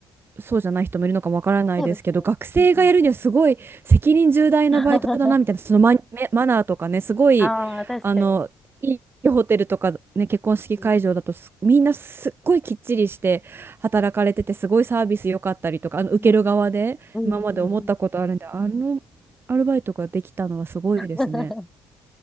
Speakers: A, on the right; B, in the centre.
A: そうじゃない人もいるのかもわからないですけど、
B: そうですね。
A: 学生がやるにはすごい責任重大なバイトだなみたいな、
B: うんうん。<laughs>
A: そのマ、マナーとかね、すごい、
B: ああ、確かに。
A: あの、いいホテルとかね、結婚式会場だとすみんなすっごいきっちりして働かれてて、
B: うん
A: すごいサービス良かったりとか、あの、受ける側で今まで思ったことあるんで、
B: うんうんうんうん
A: あのアルバイトができたのはすごいですね。
B: <laughs>